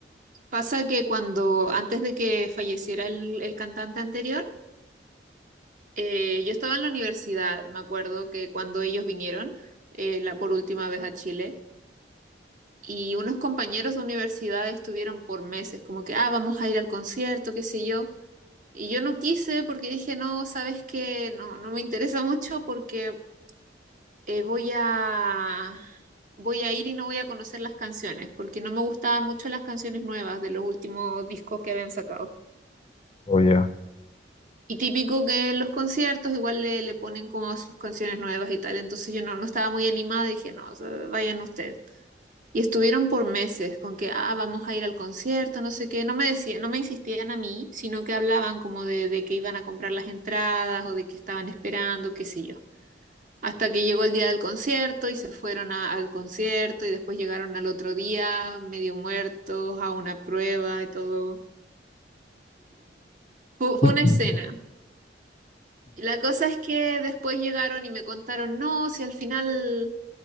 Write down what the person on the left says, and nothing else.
o ya.
<laughs>